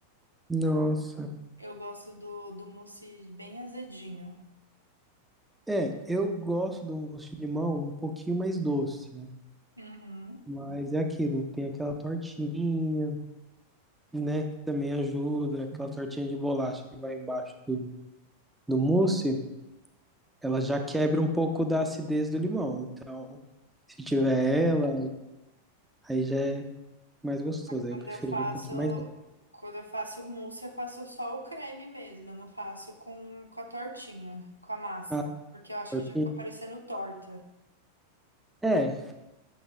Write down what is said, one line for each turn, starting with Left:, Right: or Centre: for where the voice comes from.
Centre: Nossa.
Right: Eu gosto do, do mousse bem azedinho.
Centre: É, eu gosto do mousse de limão um pouquinho mais doce, né?
Right: Uhum.
Centre: Mas é aquilo, tem aquela tortinha, né? Que também ajuda, aquela tortinha de bolacha que vai embaixo do, do mousse, ela já quebra um pouco da acidez do limão. Então, se tiver ela, aí já é mais gostoso. Aí
Right: Quando
Centre: eu prefiro
Right: eu faço,
Centre: ele um pouquinho mais doce.
Right: quando eu faço mousse, eu faço só o creme mesmo, eu não faço com, com a tortinha, com a massa,
Centre: Ah,
Right: porque eu acho
Centre: tortinha.
Right: que já ficou parecendo torta.
Centre: É,